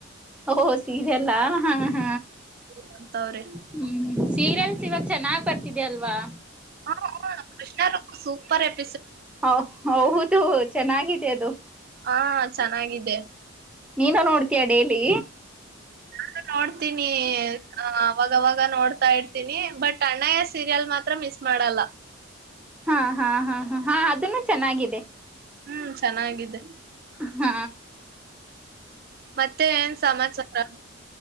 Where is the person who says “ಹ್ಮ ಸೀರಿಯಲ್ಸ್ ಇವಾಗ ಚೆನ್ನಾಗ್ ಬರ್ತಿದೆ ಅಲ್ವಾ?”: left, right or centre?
Centre